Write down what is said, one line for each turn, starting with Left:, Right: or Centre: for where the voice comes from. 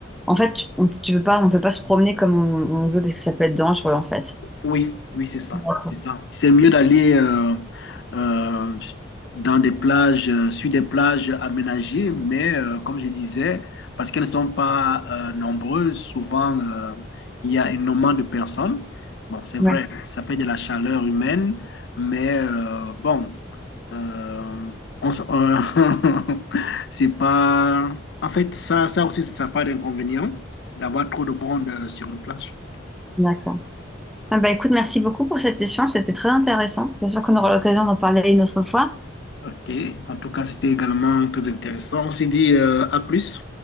Centre: En fait, tu, on, tu peux pas, on peut pas se promener comme on, on veut parce que ça peut être dangereux, en fait.
Left: Oui, oui, c'est ça,
Centre: D'accord.
Left: c'est ça. C'est mieux d'aller euh, euh, dans des plages, euh, sur des plages aménagées, mais euh, comme je disais, parce qu'elles ne sont pas euh, nombreuses, souvent euh, il y a énormément de personnes. Bon, c'est vrai,
Centre: Ouais,
Left: ça fait de la chaleur humaine, mais euh, bon, euh, on s- euh, <laughs> c'est pas. En fait, ça, ça aussi, ça n'a pas d'inconvénient d'avoir trop de monde euh, sur une plage.
Centre: d'accord. Ah bah écoute, merci beaucoup pour cet échange, c'était très intéressant. J'espère qu'on aura l'occasion d'en parler une autre fois.
Left: Ok, en tout cas, c'était également très intéressant. On s'est dit euh, à plus.